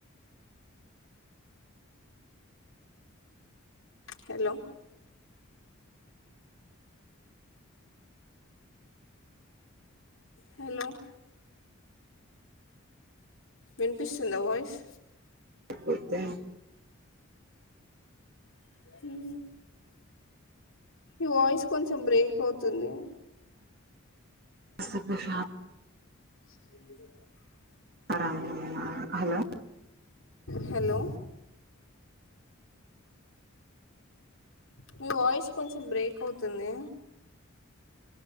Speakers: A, on the left; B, on the right.
A: హలో హలో విన్పిస్ంద వయిస్
B: పోతేం
A: ఈ <inaudible> ఈ వాయిస్ కొంచెం బ్రేక్ అవుతుంది
B: స్త ప్రశా
A: అ <inaudible>
B: అ హలో
A: హలో మీ వయిస్ కొంచెం బ్రేక్ అవుతుంది